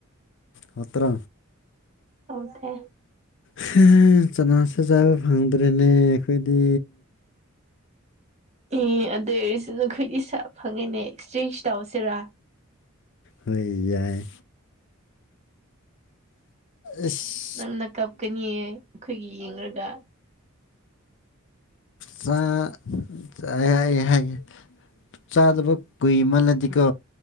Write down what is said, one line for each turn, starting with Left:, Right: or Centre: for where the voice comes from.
Left: ꯅꯠꯇ꯭ꯔꯥ
Right: ꯍꯥꯎꯇꯦ
Left: ꯍꯥ ꯆꯅꯥꯁꯨ ꯆꯥꯕ ꯐꯪꯗ꯭ꯔꯦꯅꯦ ꯑꯩꯈꯣꯏꯗꯤ
Right: ꯑꯦ ꯑꯗꯨ ꯑꯣꯏꯔꯁꯨ ꯅꯈꯣꯏꯗꯤ ꯁꯥ ꯐꯪꯉꯦꯅꯦ ꯑꯦꯛꯁꯆꯦꯟꯖ ꯇꯧꯁꯤꯔꯥ
Left: ꯍꯣꯏ ꯌꯥꯏ ꯏꯁ
Right: ꯅꯪꯅ ꯀꯞꯀꯅꯤꯌꯦ ꯑꯩꯈꯣꯏꯒꯤ ꯌꯦꯡꯔꯒ
Left: ꯆꯥ ꯆꯥꯢ ꯍꯥꯢꯌꯦ ꯍꯥꯢꯌꯦ ꯆꯥꯗꯕ ꯀꯨꯏꯃꯜꯂꯗꯤꯀꯣ